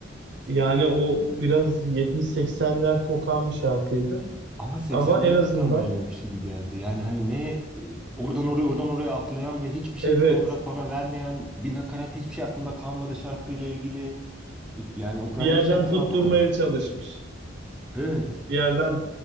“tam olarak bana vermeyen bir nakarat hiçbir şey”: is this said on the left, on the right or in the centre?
Centre